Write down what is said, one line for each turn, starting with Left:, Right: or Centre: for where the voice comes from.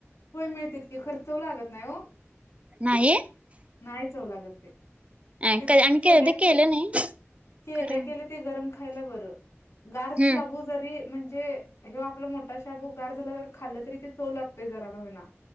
Left: होय मिळते की खर चव लागत नाही हो.
Right: नाही.
Left: नाही चव लागत ते
Right: आम्ही
Left: ते केल्या
Right: कधी केलं
Left: के
Right: नाही
Left: केल्या
Right: खरं
Left: केल्या ते गरम खायला बरं गार
Right: हम्म
Left: शाबू जरी म्हणजे हे आपला मोठा शाबु गार झाला तर खाल तरी ते चव लागतोय जरा का होना